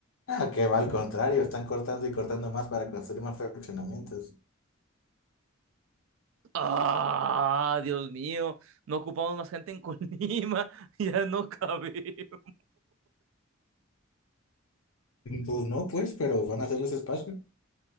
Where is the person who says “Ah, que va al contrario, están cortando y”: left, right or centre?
Left